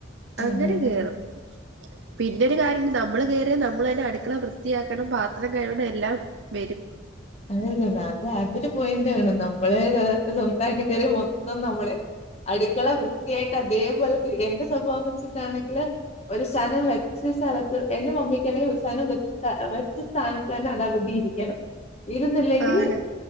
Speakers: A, on the right (about 80°); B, on the left (about 35°).
A: അങ്ങനെ
B: അതെ,
A: കേറും
B: ആ, അതെ.
A: പിന്നെ പിന്നൊരു കാര്യംണ്ട് നമ്മള് കയറിയ നമ്മൾ തന്നെ അടുക്കള വൃത്തിയാക്കണം പാത്രം കഴുവണം എല്ലാം വരും
B: അതത് തന്നെ അത് അതൊരു പോയിന്റാണ് നമ്മള് സ്വന്തയിട്ട് കയറി മൊത്തം നമ്മളെ അടുക്കള വൃത്തിയായിട്ട് അതേപോലെ എന്റെ സ്വഭാവം വെച്ചിട്ടാണെങ്കില് ഒരു സാനം വെച്ച സ്ഥലത്ത് എന്റെ മമ്മിക്ക്ണെങ്കിൽ ഒരു സാനം വ വച്ച സ സ്ഥാനത്ത്ന്നെ അത് അവിടിരിക്കണം. ഇരുന്നില്ലെങ്കില്
A: ആണ്